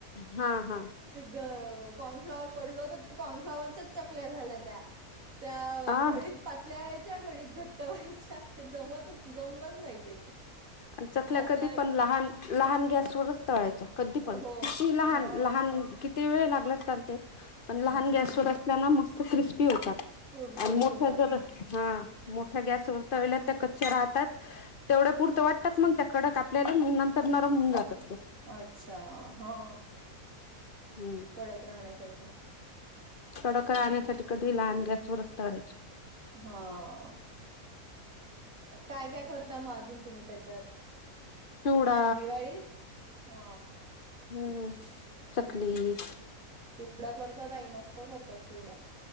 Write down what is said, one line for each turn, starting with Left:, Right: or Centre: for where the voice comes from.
Left: हा हा.
Right: ते क कॉर्नफ्लॉवर पडल होतर कॉर्नफ्लाॉवरच्याच चकल्या झाल्या त्या. त्या
Left: आ
Right: घडीत पातल्या व्हायच्या घडीत घट्ट व्हायच्या जमतच जमलंच नाही ते.
Left: आणि चकल्या
Right: असं
Left: कधी
Right: वाटलं
Left: पण लहान लहान गॅसवरच तळायच्या. कधी पण किती
Right: हो
Left: लहान
Right: हा
Left: लहान किती वेळ लागला चालते पण
Right: हा
Left: लहान
Right: हा
Left: गॅसवदस अस मस्त क्रिस्पी होतात
Right: कुरकुरीत
Left: आण मोठ्या
Right: होतात
Left: जर हा मोठ्या गॅस वर तळल्या त्या कच्च्या राहतात तेवढ्या पुरत वाटतात मग त्या कडक आपल्याला नंतर तर नरम होऊन जातात ते.
Right: अच्छा हा.
Left: हम्म.
Right: कडक राहण्यासाठी.
Left: तडका
Right: अ
Left: आण्यासाठी कधी लहान गॅस वरच तळायचे.
Right: हा. काय-काय करता म अजून तुम्ही त्याच्यात
Left: चिवडा
Right: दिवाळीत? हो.
Left: हम्म. चकली
Right: हम्म चिवडा करतात आई मस्त करता चिवडा.